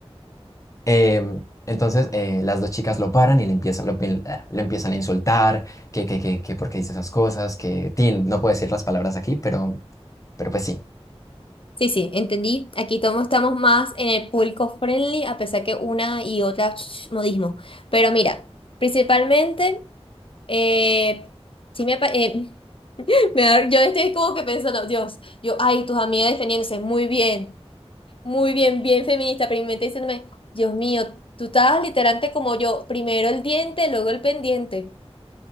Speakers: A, on the left; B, on the left.
A: Em, entonces, eh, las dos chicas lo paran y le empiezan, lo, ah, lo empiezan a insultar, que, que, que, que por qué dice esas cosas, que, Tin, no puedo decir las palabras aquí, pero, pero pues sí.
B: Sí, sí, entendí. Aquí todos estamos más en el público friendly, a pesar que una y otra ch, modismo. Pero mira, principalmente. Eh, sí me, apa- eh, <laughs> me da- yo estoy como que pensando, Dios, yo, ay, tus amigas defendiéndose, muy bien, muy bien, bien feminista, pero mi mente diciéndome, Dios mío, tú estabas literalmente como yo, primero el diente, luego el pendiente.